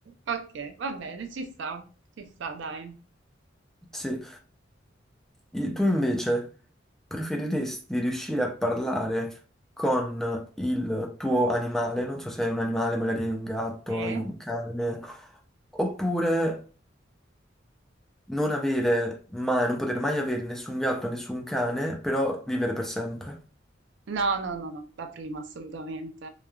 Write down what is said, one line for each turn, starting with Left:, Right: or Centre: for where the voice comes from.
Right: ok, va bene, ci sta, ci sta, dai.
Centre: Sì. I- Tu invece preferiresti riuscire a parlare con il tuo animale, non so se hai un animale, magari hai un gatto,
Right: Sì.
Centre: hai un cane, oppure non avere mai, non poter mai avere nessun gatto, nessun cane, però vivere per sempre.
Right: No, no, no, no, la prima assolutamente.